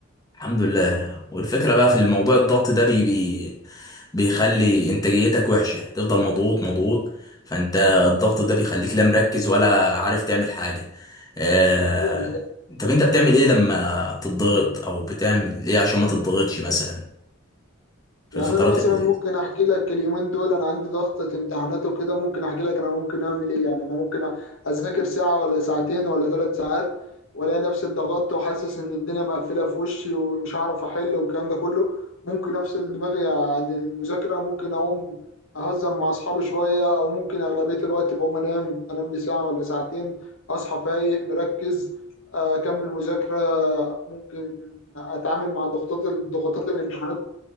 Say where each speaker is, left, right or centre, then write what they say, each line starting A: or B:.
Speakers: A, on the left; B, on the left.
A: الحمد لله والفكرة بقى في الموضوع الضغط ده بي بي بيخلي انتاجيتك وحشة تفضل مضغوط مضغوط فانت الضغط ده بيخليك لا مركز ولا عارف تعمل حاجة آه...
B: ايوه
A: طب انت بتعمل ايه لما تضغط او بتعمل ايه عشان ما تضغطش مثلا في
B: يعني
A: الفترات
B: انا مثلا
A: اللي زي
B: ممكن
A: دي
B: احكي لك اليومين دول انا عندي ضغطة امتحانات وكده ممكن احكي لك انا ممكن اعمل ايه يعني انا ممكن اذاكر ساعة ولا ساعتين ولا ثلاث ساعات والاقي نفسي اتضغطت وحاسس ان الدنيا مقفلة في وشي ومش هعرف احل والكلام ده كله ممكن افصل دماغي عن المذاكرة ممكن اقوم اهزر مع اصحابي شوية او ممكن اغلبية الوقت بقوم انام انام لي ساعة ولا ساعتين اصحى فايق مركز آه، اكمل مذاكرة ممكن اتعامل مع ضغوطات ضغوطات الامتحانات